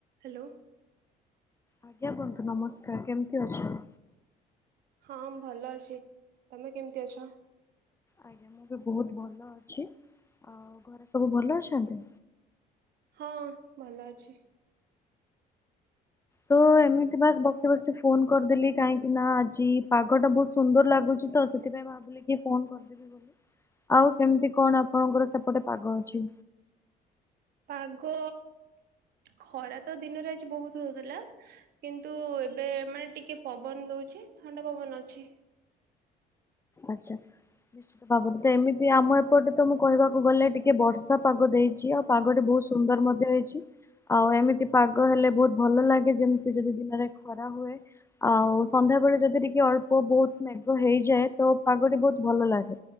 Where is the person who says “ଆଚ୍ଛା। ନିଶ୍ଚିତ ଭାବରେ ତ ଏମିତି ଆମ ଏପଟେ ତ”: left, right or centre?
Left